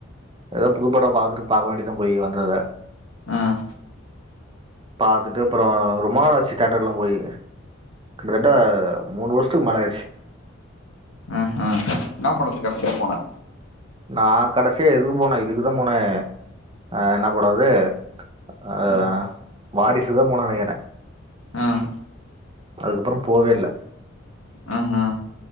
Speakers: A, on the right; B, on the left.
A: ஏதாவ்து புதுப்படோ பாத்துட்டு பாக்க வேண்டிதா போய் வந்தத
B: ம்
A: பாத்துட்டு அப்றோ ரொமாலாச்சி தேட்டர் எல்லா போய் கிட்டத்தட்ட மூணு வருஷத்துக்கு மல ஆயிடுச்சி
B: ம் ஹும் என்னன் படத்துக்குத்துக் கடைசி யா போனேன்
A: நா கடைசிய எதுக்கு போனேன் இதுக்கு தா போனேன் அ என்னபட அது ஆ ஆ
B: ம்
A: வாரிசுதா போன நெனக்கிறேன்
B: ம்
A: அதுக்கப்புறோ போ வே இல்ல
B: ம்ஹும்